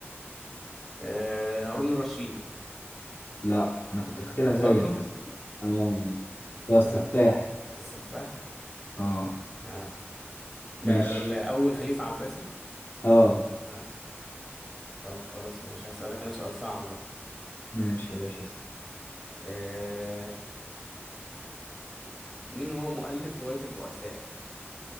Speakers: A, in the centre; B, on the left.
A: آه هارون رشيد
B: لا انا كنت فاكرها
A: برضو
B: زيك بس اه بس هو
A: آه
B: السفاح
A: السفاح
B: اه
A: اه ده
B: ماشي
A: ال- اول خليفة عباسي
B: اه
A: اه طب خلاص ماشي هسألك انا سؤال صعب بقى
B: ماشي يا باشا اسأل.
A: آه مين هو مؤلف رواية البؤساء؟